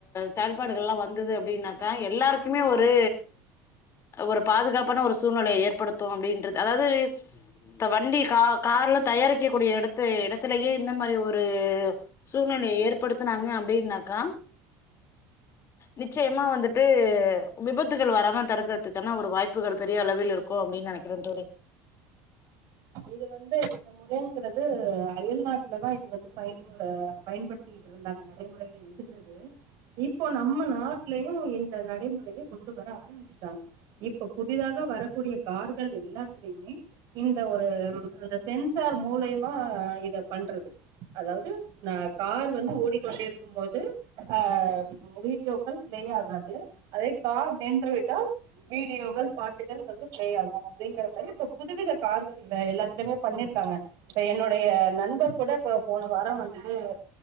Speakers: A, on the left; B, on the right.
A: செயல்பாடுகள்லா வந்தது அப்டின்னாக்கா எல்லாருக்குமே ஒரு ஒரு பாதுகாப்பான ஒரு சூழ்நிலைய ஏற்படுத்து அப்டின்ற அதாது இப்ப வண்டி கா கார்ல தயாரிக்க கூடிய இடத்து இடத்துலயே இந்த மாரி ஒரு சூழ்நெலய ஏற்படுத்தனாங்க அப்டின்னாக்கா நிச்சயமா வந்துட்டு விபத்துகள் வராம தடுக்கறதுக்கான ஒரு வாய்ப்புகள் பெரிய அளவில் இருக் கு அப்டின் நெனைக்கிற தோழி
B: இது வந்து இந்த முறைங்கிறது அயல் நாட்டுல தா இது வந்து பயமு பயன்படுத்தி ட்ருந்தாங்க நடைமுறையில இருந்தது இப்போ நம்ம நாட்டுலயு இந்த நடைமுறைய கொண்டு வர ஆ ரம்பிச்டாங்க இப்ப புதிதாக வரக்கூடிய கார்கள் எல்லாத்துலயுமே இந்த ஒரு அந்த சென்சார் மூலயமா இத பண்றது அதாவது நா கார் வந்து ஓடிக்கொண்டே இருக்கு ம் போது ஆ வீடியோக்கள் பிளே ஆகாது அதே கார் நின்றுவிட்டால் வீடியோக்கள் பாட்டுகள் வந்து பிளே ஆகு அப்டிங்கற மாரி இப்ப புதுவித கார்கள் இந்த எல்லாத்துலயுமே பண்ணிருக்காங்க இப்ப என்னுடைய நண்பர் கூட இப்ப போன வாரம் வந்து